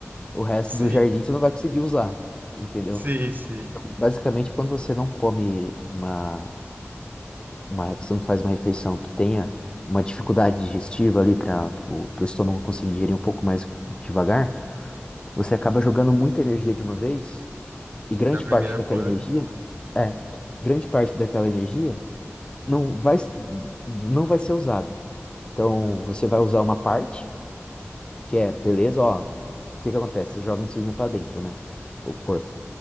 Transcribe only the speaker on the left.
O resto
do jardim você não vai conseguir usar, entendeu?
Basicamente, quando você não come uma, uma, você não faz uma refeição que tenha uma dificuldade digestiva ali para o estômago conseguir digerir um pouco mais devagar, você acaba jogando muita energia de uma vez e grande
parte daquela
energia é grande parte daquela energia não vai, não vai ser usada. Então,
você vai usar uma parte, que é, beleza, ó, o que que acontece? Você joga a insulina para dentro, né? O corpo.